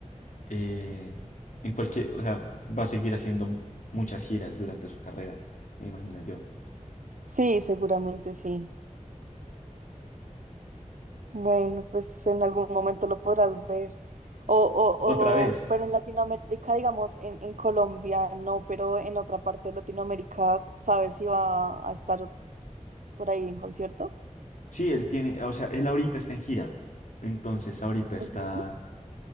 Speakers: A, on the left; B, on the right.
A: eh, en cualquier, o sea, va a seguir haciendo muchas giras durante su carrera, me imagino yo.
B: Sí, seguramente sí. Bueno, pues en algún momento lo podrás ver. O, o,
A: Otra vez.
B: o, pero en Latinoamérica, digamos, en, en Colombia no, pero en otra parte de Latinoamérica, ¿sabes si va a estar por ahí en concierto?
A: Sí, él tiene, o sea, él ahorita está en gira. Entonces, ahorita está,
B: Ujú.